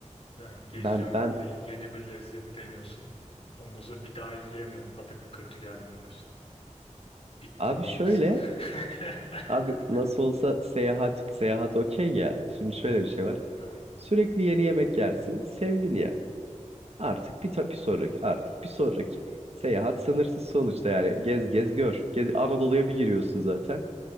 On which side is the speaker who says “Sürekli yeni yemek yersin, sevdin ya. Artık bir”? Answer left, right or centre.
Right